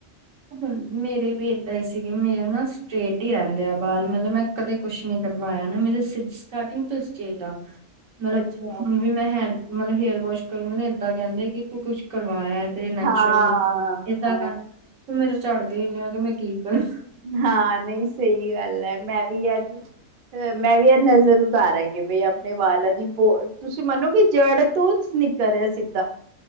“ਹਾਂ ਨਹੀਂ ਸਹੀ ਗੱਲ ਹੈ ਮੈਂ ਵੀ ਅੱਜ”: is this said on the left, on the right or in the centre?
Right